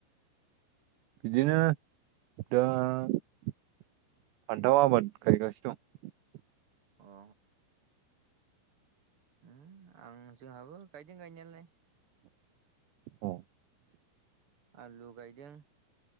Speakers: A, on the right; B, on the right.
A: बिदिनो दा फानथाव आबाद गाइगासिनो दं
B: अ आं जोंहाबो गायदों गायनायालाय
A: औ
B: आलु गायदों